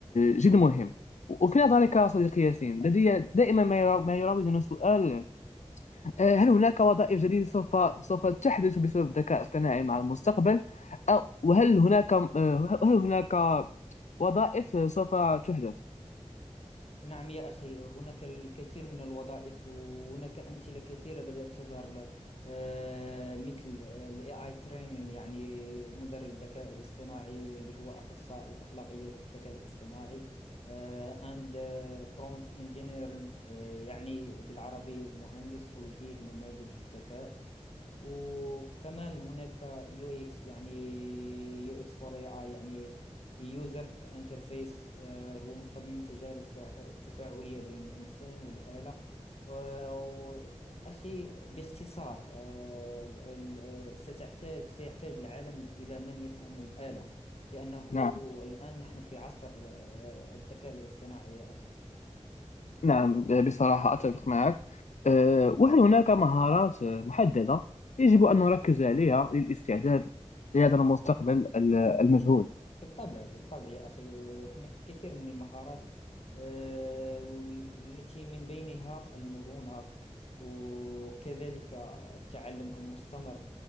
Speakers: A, on the left; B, on the left.
A: جد مهم وفي نظرك يا صديقي ياسين لدي دائما ما يرا- ما يراودني سؤال آه، هل هناك وظائف جديدة سوف سوف تحدث بسبب الذكاء الاصطناعي مع المستقبل؟ أو وهل هناك آه، هل هناك وظائف سوف تحدث؟
B: نعم يا أخي هناك الكثير من الوظائف وهناك أمثلة كثيرة بدأت تظهر آه، مثل ال AI training يعني مدرب الذكاء الاصطناعي اللي هو أخصائي أخلاقية الذكاء الاصطناعي آه، and آه، prompt engineering آه، يعني بالعربي مهندس توجيه نماذج الذكاء وكمان هناك يو اكس يعني يو اكس فور اي اي يعني يوزر انترفيس هو مصمم تجارب فع- تفاعلية بين الإنسان والآلة و- أخي باختصار آه، ال- ال- ستحتاج سيحتاج العالم إلى من يفهم الآلة لأنه
A: نعم
B: الآن نحن في عصر آه، الذكاء الاصطناعي يا أخي
A: نعم بصراحة أتفق معك آه، وهل هناك مهارات آه، محددة يجب أن نركز عليها للاستعداد لهذا المستقبل ال- المجهول؟
B: بالطبع بالطبع يا أخي آه، هناك كثير من المهارات آه، والتي من بينها المرونة وكذلك التعلم المستمر